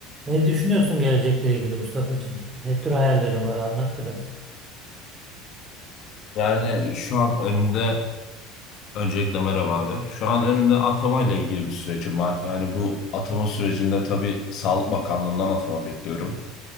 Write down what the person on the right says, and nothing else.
Ne düşünüyorsun gelecekle ilgili Mustafa'cığım? Ne tür hayallerin var? Anlat biraz.